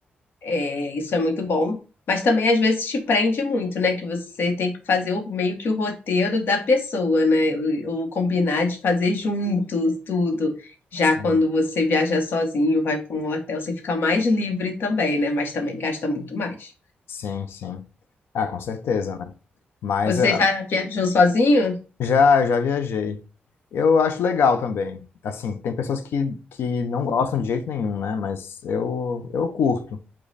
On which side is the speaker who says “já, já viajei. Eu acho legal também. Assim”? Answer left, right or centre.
Left